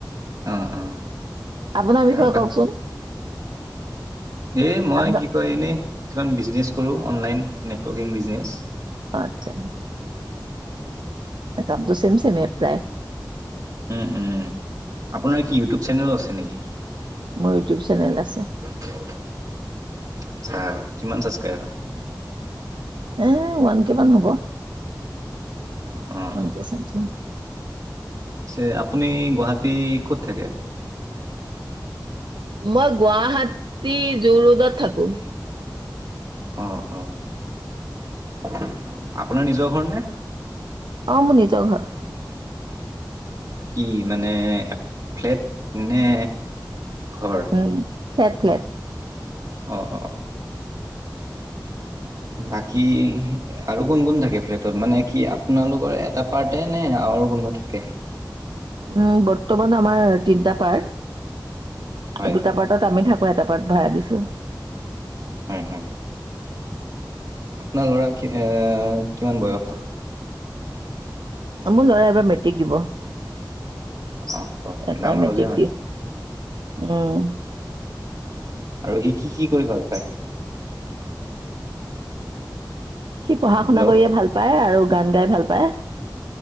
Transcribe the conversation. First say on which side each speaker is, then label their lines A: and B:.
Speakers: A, on the right; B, on the right.
A: অ', অ'।
B: আপোনাৰ বিষয়ে
A: আৰু বাকী
B: কওকচোন।
A: এই মই
B: আপোনাৰ
A: কি কয় এনেই কিছুমান বিজনেছ কৰোঁ, অনলাইন নেটৱৰ্কিং বিজনেছ।
B: আটচা। কামটো চেম চেমেই প্ৰায়।
A: উম, উম, আপোনাৰ কি ইউটিউব চেনেলো আছে নেকি?
B: মোৰ ইউটিউব চেনেল আছে।
A: আচ্ছা। কিমান চাবস্ক্ৰাইবাৰ?
B: এ, ওৱানকে মান হ'ব,
A: অ', অ',
B: ওৱান কে চামথিং।
A: পিছে আপুনি গুৱাহাটী ক'ত থাকে?
B: মই গুৱাহাটী যোৰ ৰোডত থাকোঁ।
A: অ', অ'। আপোনাৰ নিজৰ ঘৰনে?
B: অ' মোৰ নিজৰ ঘৰ।
A: কি মানে এ, ফ্লেট নে ঘৰ?
B: উম, ফ্লেট ফ্লেট।
A: অ', অ'। বাকী আৰু কোন কোন থাকে ফ্লেটত, মানে কি আপোনালোকৰ এটা পাৰ্তে নে আৰু কোনোবা থাকে?
B: উম, বৰ্তমান আমাৰ তিনটা পাৰ্ট,
A: হয়,
B: দুটা পাৰ্ট টাত আমি থাকোঁ, এটা পাৰ্ট ভাড়া দিছোঁ।
A: হু, হু। আপোনাৰ ল'ৰা কি এ, কিমান বয়স?
B: মোৰ ল'ৰা এইবাৰ মেট্ৰিক দিব।
A: অ', অ',
B: এটাই
A: ডাঙৰ
B: মেট্ৰিক
A: হ'লেই মানে
B: দিয়ে। উম।
A: আৰু সি কি কি কৰি ভাল পায়?
B: সি পঢ়া শুনা
A: হেল্ল'
B: কৰিয়ে ভাল পায় আৰু গান গাই ভাল পায়।